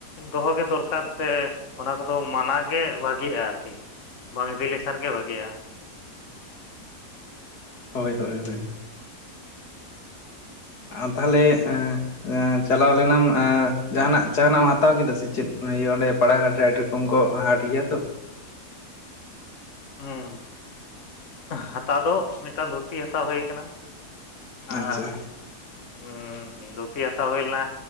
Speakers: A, on the left; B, on the left.
A: ᱫᱚᱦᱚ ᱜᱮ ᱫᱚᱨᱠᱟᱨ ᱥᱮ ᱚᱱᱟ ᱠᱚᱫᱚ ᱢᱟᱱᱟ ᱜᱮ ᱵᱷᱟᱜᱤᱜ-ᱟ᱾ ᱟᱨᱠᱤ ᱵᱟᱝ ᱤᱫᱤ ᱞᱮᱠᱷᱟᱱ ᱜᱮ ᱵᱷᱟᱹᱜᱤᱜ-ᱟ᱾
B: ᱦᱳᱭ ᱦᱳᱭ ᱦᱳᱭ ᱟᱨ ᱛᱟᱦᱞᱮ ᱮᱜ ᱪᱟᱞᱟᱣ ᱞᱮᱱᱟᱢ ᱡᱟᱦᱟᱱᱟᱜ ᱡᱟᱦᱟᱱᱟᱜ ᱮᱢ ᱦᱟᱛᱟᱣ ᱠᱮᱫᱟ ᱥᱮ ᱪᱮᱫ ᱤᱭᱟᱹ ᱚᱱᱰᱮ ᱯᱟᱲᱟᱜᱷᱟᱴ ᱨᱮ ᱠᱚᱢ ᱠᱚ ᱦᱟᱺᱰᱤ ᱜᱮᱭᱟ ᱛᱚ
A: ᱦᱩ ᱦᱟᱛᱟᱣ ᱫᱚ ᱢᱤᱫᱴᱟᱝ ᱫᱷᱩᱛᱤ ᱦᱟᱛᱟᱣ ᱦᱩᱭ ᱠᱟᱱᱟ ᱟᱨ
B: ᱟᱪᱪᱷᱟ
A: ᱦᱩ ᱫᱷᱩᱛᱤ ᱦᱟᱛᱟᱣ ᱦᱩᱭ ᱞᱮᱱᱟ